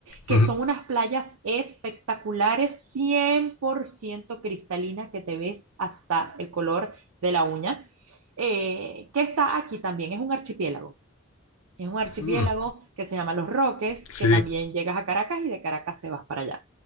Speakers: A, on the right; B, on the left.
A: Que
B: mm,
A: son unas playas espectaculares, 100% cristalina, que te ves hasta el color de la uña, eh, que está aquí también, es un archipiélago. Es un archipiélago
B: mm.
A: que se llama Los Roques,
B: sí,
A: que
B: sí.
A: también llegas a Caracas y de Caracas te vas para allá.